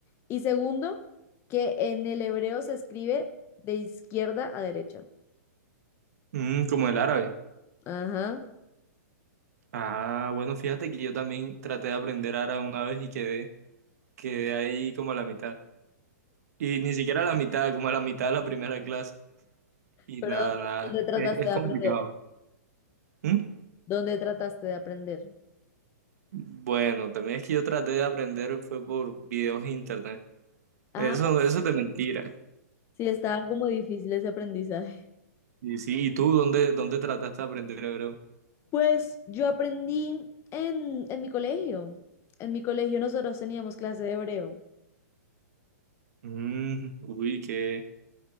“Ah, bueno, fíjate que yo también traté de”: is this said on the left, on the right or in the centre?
Right